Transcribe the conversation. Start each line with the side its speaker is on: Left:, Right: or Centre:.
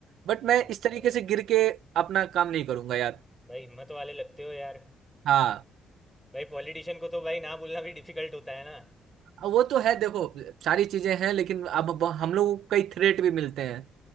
Right: बट
Centre: अच्छा
Right: मैं इस तरीके
Centre: भाई
Right: से गिर के अपना काम नहीं करूंगा यार
Centre: भाई हिम्मत वाले लगते हो यार
Right: हाँ
Centre: भाई पॉलिटिशियन को तो भाई ना बोलना भी डिफिकल्ट होता है ना
Right: वो तो है देखो सारी चीजें हैं लेकिन अब अब हम लोगों को कई थ्रेट भी मिलते हैं